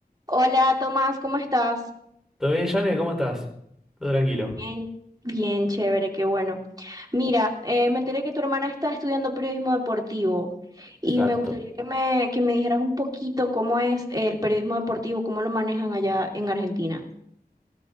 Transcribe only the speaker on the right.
Hola Tomás, ¿cómo estás?
Bien, Bien, chévere, qué bueno. Mira, eh, me enteré que tu hermana está estudiando periodismo deportivo y
me gustaría que me, que me dijeras un poquito cómo es el periodismo deportivo, cómo lo manejan allá en Argentina.